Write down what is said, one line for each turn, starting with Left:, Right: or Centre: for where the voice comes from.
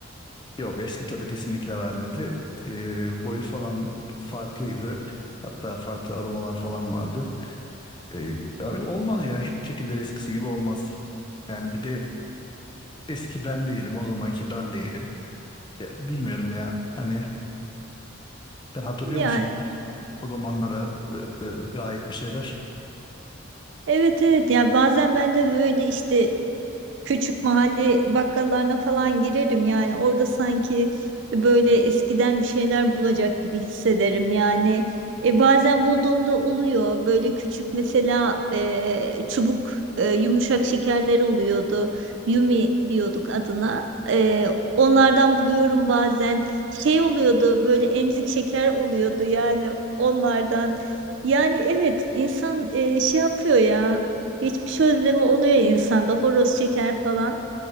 Left: Yok eski tadı kesinlikle vermedi. Ee, boyu falan farklıydı. Hatta farklı aromalar falan vardı. Ee, abi olmaz yani hiçbir şekilde eskisi gibi olmaz. Yani bir de eski ben değilim o zamanki ben değilim. Ya, bilmiyorum ya hani Sen hatırlıyor
Right: Ya
Left: musun o zamanlara e, e, ait bir şeyler?
Right: evet evet ya bazen ben de böyle işte küçük mahalle bakkallarına falan girerim yani orada sanki böyle eskiden bir şeyler bulacak gibi hissederim yani e, bazen bulduğumda oluyor böyle küçük mesela e, çubuk e, yumuşak şekerler oluyordu Yumi diyorduk adına E, onlardan buluyorum bazen şey oluyordu böyle emzik şeker oluyordu yani onlardan yani evet insan e, şey yapıyor ya Geçmiş özlemi oluyor insanda, horoz çeker falan.